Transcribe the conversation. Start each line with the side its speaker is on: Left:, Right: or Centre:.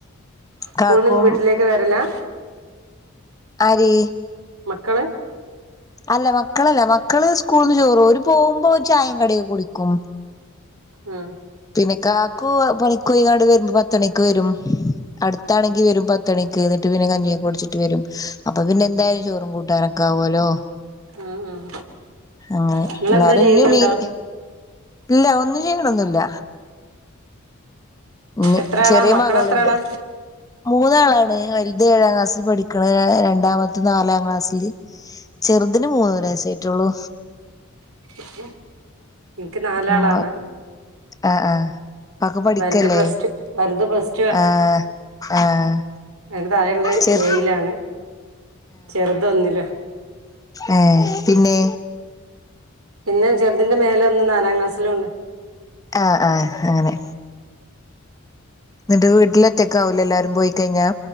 Right: സ്കൂളിൽ
Left: കാക്കും
Right: നിന്ന് വീട്ടിലേക്ക് വരലാ
Left: ആര്
Right: മക്കള്
Left: അല്ല മക്കളല്ല മക്കള് സ്കൂളീന്ന് ചോറും ഓര് പോകുമ്പോ ചായ കടിയൊക്കെ കുടിക്കും
Right: ആഹ്
Left: പിന്നെ കാക്കു പണിക്ക് പോയാണ്ട് വരുമ്പോ പത്ത് മണിക്ക് വരും അടുത്താണെങ്കിൽ വരും പത്ത് മണിക്ക് എന്നിട്ട് പിന്നെ കഞ്ഞിയൊക്കെ കുടിച്ചിട്ട്‌ വരും അപ്പൊ പിന്നെ എന്തായാലും ചോറും കൂട്ടാനൊ ക്കെ ആവൂലോ
Right: ഉം ഉം
Left: അങ്ങനെ
Right: നിങ്ങളെന്തോ
Left: എന്നാലും
Right: ചെയ്യുന്നുണ്ടോ
Left: ഇനിയും മീന് ഇല്ല ഒന്നും ചെയ്യണോന്നുമില്ല ഇഞ്ഞ്
Right: എത്ര ആളാ
Left: ചെറിയ
Right: മക്കള്
Left: മകളുണ്ട്
Right: എത്ര ആളാ
Left: മൂന്നാളാണ് വലുത്‌ ഏഴാം ക്ലാസ്സിൽ പഠിക്കണ് രണ്ടാമത്തെ നാലാം ക്ലാസില് ചെറുതിന് മൂന്നര വയസേ ആയിട്ടുള്ളൂ
Right: അെ <unintelligible> എനക്ക് നാലാളാണ്
Left: ഉം ആഹ് ആഹ് ഒക്കെ പഠിക്കല്ലേ
Right: വലുത് പ്ലസ് ടു വലത് പ്ലസ്
Left: ആഹ് ആഹ്
Right: അയിന്റെ താഴെ ഉള്ളത്‌
Left: ചെറു
Right: ഏഴിലാണ് ചെറുത് ഒന്നില്
Left: ഉം പിന്നെ
Right: പിന്നെ ചെറുതിന്റെ മേലെ ഒന്ന് നാലാം ക്ലാസിലുണ്ട്
Left: ആഹ് ആഹ് അങ്ങനെ എന്നിട്ട് വീട്ടില് ഒറ്റക്കാവൂല്ലേ എല്ലാരും പോയിക്കഴിഞ്ഞാ